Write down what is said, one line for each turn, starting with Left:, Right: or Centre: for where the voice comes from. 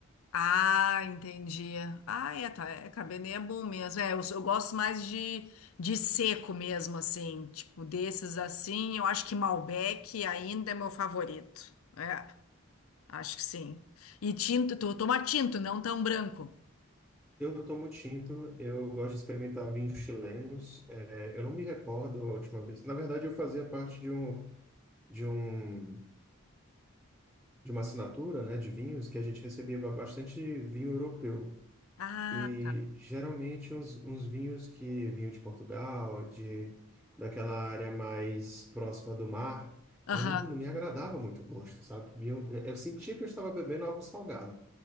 Left: Ah, entendi. Ah, é, tá. É, cabernet é bom mesmo. É, eu, eu gosto mais de, de seco mesmo, assim. Tipo, desses assim, eu acho que Malbec ainda é meu favorito. É, acho que sim. E tinto, tu toma tinto, não tão branco.
Centre: Eu tomo tinto, eu gosto de experimentar vinhos chilenos. É, eu não me recordo a última vez. Na verdade, eu fazia parte de um, de um, de uma assinatura, né, de vinhos que a gente recebia bastante vinho europeu.
Left: Ah,
Centre: E geralmente uns, uns vinhos que vinham de Portugal, de daquela área mais próxima do mar,
Left: aham,
Centre: eu não, não me agradava muito o gosto, sabe? Vinho- Eu, eu sentia que eu estava bebendo algo salgado.